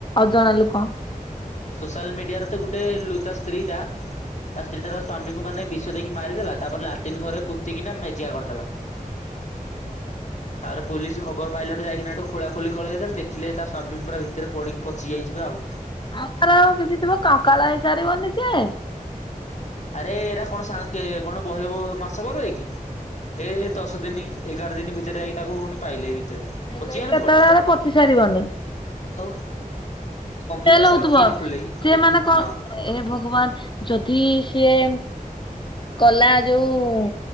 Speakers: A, on the left (about 35°); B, on the left (about 55°).
A: ଅଜଣା ଲୋକୋ।
B: ସୋସାଲ୍ ମିଡ଼ିଆରେ ତ ଗୋଟେ <unintelligible> ତା ସ୍ତ୍ରୀ ଟା ତା ସ୍ତ୍ରୀ ଟା ତା ସ୍ଵାମୀକୁ ମାନେ ବିଷ ଦେଇକି ମାରିଦେଲା ତାପରେ ଲାଟିନ୍ ଘରେ ପୁତିକିନା ମେଜିଆ କରିଦେଲା। <inaudible> ତାପରେ ପୋଲିସି ଖବର ପାଇଲାଠୁ ଯାଇକିନା ହେଠୁ ଖୋଳାଖୋଲି କଲେ ଯେତେବେଳେ ଦେଖିଲେ ତା ସ୍ଵାମୀ ପୁରା ଭିତରେ ପଡିକି ପଚି ଯାଇଛି ପରା ଆଉ
A: ଆମର ଆଉ କିଛି ଥିବ କଙ୍କାଳ ହେଇସାରିବନି ସିଏ।
B: ଆରେ ଏରା କଣ ସା ତେ କଣ ବହେ ବ ମାସ <unintelligible> ଏ ଦଶ ଦିନି ଏଗାର ଦିନି ଭିତରେ ଯାଇକି ତାକୁ ଫୁଣି ପାଇଲେ ଏଇ ଭିତରେ
A: ହେଲେ
B: ପଚି ଯାଇନଥିବ
A: ବି ଏତେ
B: ଟା
A: <unintelligible> ପଚି ସାରିବନି।
B: ଆଉ। କଂକ୍ରିଟ
A: ସ୍ମେଲ୍
B: ଟା ସେ
A: ହୋଉଥୁବ
B: ଆଉ କେମିତି ଖୋଲିଲେ
A: ସିଏ
B: କି?
A: ମାନେ
B: ହଁ
A: କଁ ଏ ଭଗବାନ ଯଦି ସିଏ କଲା ଯୋଉ